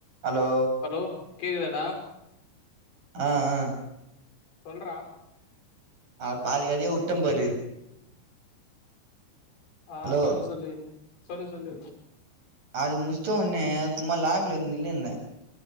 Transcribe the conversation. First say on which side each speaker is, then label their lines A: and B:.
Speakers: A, on the right; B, on the left.
A: allow
B: hello கேக்குதாடா
A: ஆ ஆ
B: சொல்றா
A: ஆ பாதிகதைய உட்டே பாரு
B: ஆ
A: ஹலோ
B: சொல்லு சொல்லு சொல்லு சொல்லு
A: அது முஷ்டவுன்னே சும்மா லாபில வந்து நின்னுந்தே